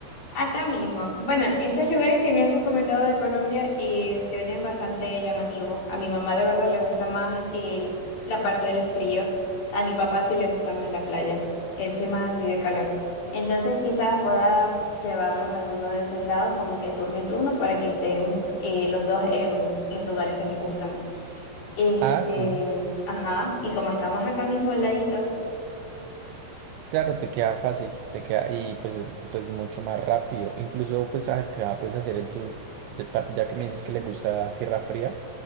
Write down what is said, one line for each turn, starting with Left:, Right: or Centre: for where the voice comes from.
Left: Acá mismo. Bueno, esos lugares que me has recomendado de Colombia eh, se oyen bastante llamativos. A mi mamá de verdad le gusta más el- la parte del frío. A mi papá sí le gusta más la playa. Él sí es más así de calor. Entonces quizás pueda llevarlos a alguno de esos lados como que turno y turno para que estén eh, los dos en los lugares que les gustan. Este,
Right: Ah, sí.
Left: ajá, y como estamos acá mismo al ladito,
Right: Claro, te queda fácil, te queda y pues es- pues mucho más rápido. Incluso pues acá puedes hacer el tour, ya, pa- ya que me dices que le gusta tierra fría